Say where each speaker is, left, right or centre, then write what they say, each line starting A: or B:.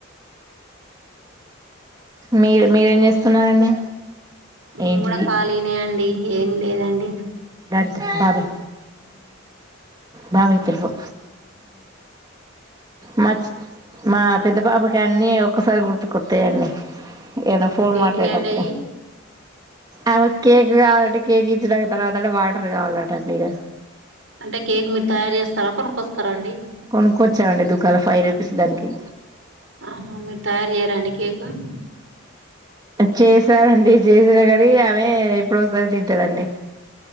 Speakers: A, on the right (about 20°); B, on the right (about 70°).
A: మీరు మీరేం చేస్తున్నారండి
B: మేము
A: ఏంటిది
B: కూడా ఖాళీనే అండి ఏం లేదండి
A: బాబాయ బాబాయ తెలు మా మా పెద్ద బాబుకి అన్నీ ఒక్కసారి గుర్తుకొత్తాయండి ఏదో ఫోన్
B: ఏంటి
A: మాట్లాడే
B: అండి
A: అప్పుడ
B: అయి
A: అ కేక్ కావాలంటే కేక్ ఇచ్చడానికి తర్వాత అంటే వాటర్ కావాలటండి ఇక
B: అంటే కేక్ మీరు తయారు చేస్తారా కొనుక్కొస్తారాండి
A: కొనుక్కొచ్చామండి దుకాల ఫైవ్ రూపీస్ దానికి
B: ఆహా మీరు తయారు చేయరండి కేకు
A: చేసారండి చేసిన కాడి ఆమె ఎప్పుడు ఒకసారి తింటాలండి